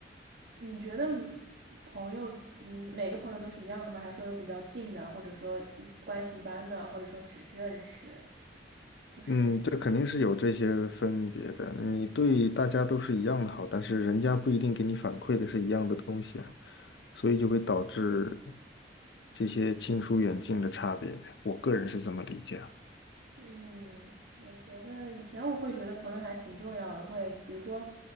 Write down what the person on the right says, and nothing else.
你觉得嗯朋友，嗯，每个朋友都是一样的吗？还是说有比较近的，或者说一关系一般的，或者说只认识，就是
嗯，我觉得以前我会觉得朋友还挺重要的，会比如说，